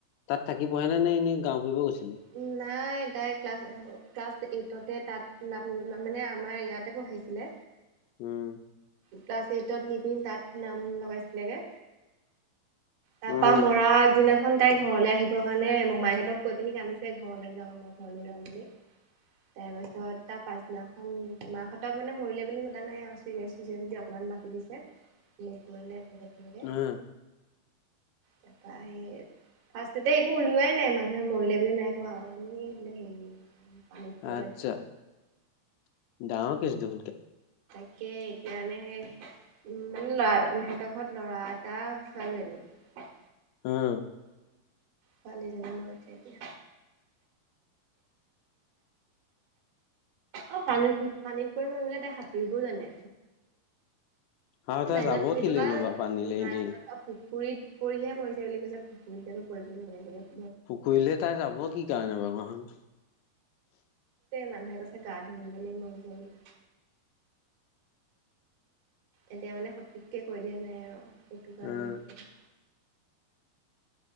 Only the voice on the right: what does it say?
উম, নাই নাই তাই ক্লাছ ক্লাছ এইটতে তাত মানে আমাৰ ইয়াতে পঢ়াইছিলে
ক্লাছ এইটত নিপিনে তাত নাম লগাইছিলেগে তাৰপা
মৰা আগদিনাখন তাই ঘৰলৈ আহিবৰ কাৰণে মমাইহঁতক কৈ পিনি কানিছে তে ঘৰলৈ যাওঁ, মই ঘৰলৈ যাওঁ বুলি। তাৰপিছত তাৰ পাছদিনাখন মাকহঁতক মানে মৰিলে বুলি মতা নাই চিৰি চৰিয়েচ হৈছে বুলি অকমান মাতি দিছে বুলি কৰিলে তাতে সেনেকে
তাৰপা হে ফাৰ্ষ্ট একো উলোৱাই নাই ম মানুহে মৰিলে বুলি নাই কোৱা আৰু এনেইোে হেৰি পানীত পৰিলে
তাকে এতিয়ানে সেই উম মানে ল'ৰা এটা সিহঁতৰ ঘৰত ল'ৰা এটা ছোৱালীজনী।
ছোৱালী জনীৰ মৰিছে এতিয়া। অ' পানীত পানীত পৰি ম বলে তাই সাঁতুৰিবোৰও জানে
নাইনত
পঢ়ি
থকা
নাইনত
পুুৰীত পৰিহে পৰিৰিছে বুলি কৈছে পুুৰীত জানো পৰিবলৈ মে
মানুহে কছে গা ধুই মে মইছে বোলি। এতিয়া মানে সঠিককে কৈ দিয়া নাই আৰু সেইটো কাৰণে
সকলো